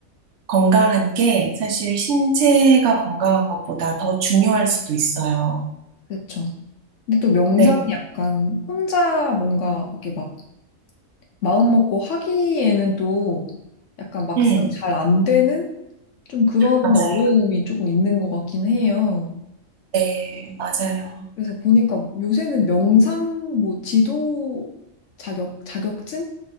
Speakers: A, on the right; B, on the left.
A: 건강한 게 사실 신체가 건강한 것보다 더 중요할 수도 있어요.
B: 그쵸. 근데 또 명상이
A: 네,
B: 약간 혼자 뭔가 이렇게 막 마음먹고 하기에는 또 약간 막상
A: 음,
B: 잘 안 되는 좀 그런
A: 맞아요.
B: 어려움이 조금 있는 것 같긴 해요.
A: 네, 맞아요.
B: 그래서 보니까 요새는 명상, 뭐 지도 자격, 자격증?